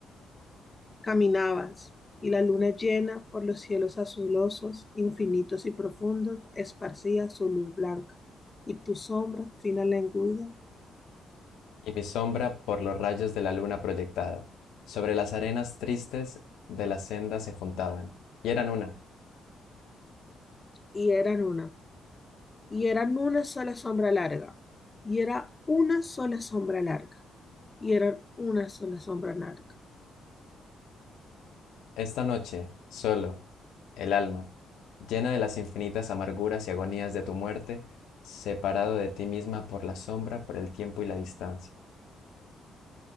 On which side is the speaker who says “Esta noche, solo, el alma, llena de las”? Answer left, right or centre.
Left